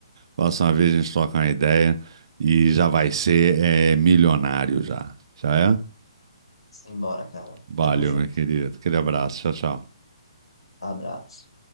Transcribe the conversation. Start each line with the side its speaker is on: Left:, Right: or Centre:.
Right: Próxima vez a gente troca uma ideia e já vai ser é, milionário já. Já é?
Left: Simbora, cara.
Right: Valeu,
Left: Tamo junto.
Right: meu querido. Aquele abraço. Tchau, tchau.
Left: Abraço.